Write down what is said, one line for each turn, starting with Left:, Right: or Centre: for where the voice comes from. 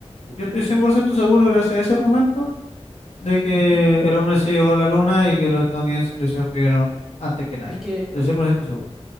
Left: yo estoy 100% seguro, gracias a ese argumento, de que
Centre: Ujú.
Left: el hombre se llegó a la luna y que los estadounidenses lo hicieron primero antes que nadie.
Centre: Es que
Left: Estoy cien por ciento seguro.